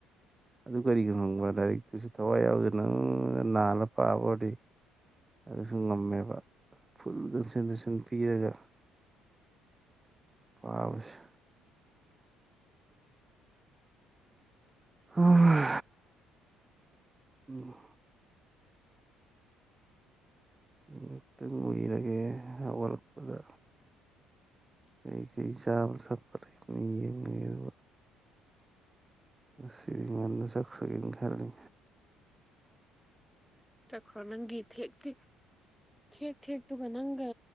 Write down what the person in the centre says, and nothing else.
ꯆꯠꯈ꯭ꯔꯣ ꯅꯪꯒꯤ ꯊꯦꯛ ꯊꯦꯛ ꯊꯦꯛ ꯊꯦꯛꯇꯨꯒ ꯅꯪꯒ